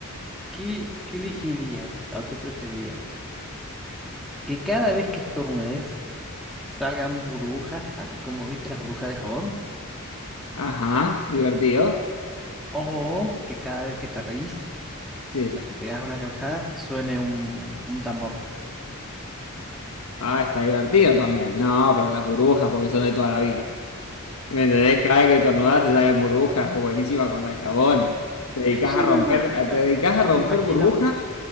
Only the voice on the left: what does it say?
Ajá, divertido.
Sí.
Ah, está divertido también. No, pero las burbujas porque son de toda la vida. ¿Me entendés? Cada vez que estornudás te salen burbujas. Es buenísima con la de jabón. Te dedicás
a romper,
te dedicás a romper
burbujas